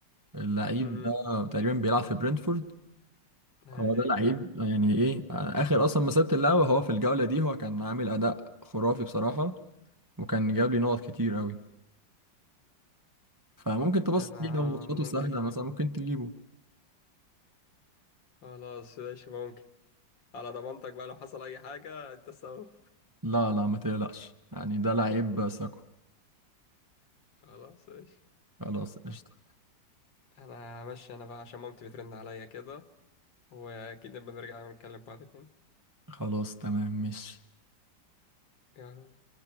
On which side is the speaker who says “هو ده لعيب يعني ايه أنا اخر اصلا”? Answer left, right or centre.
Right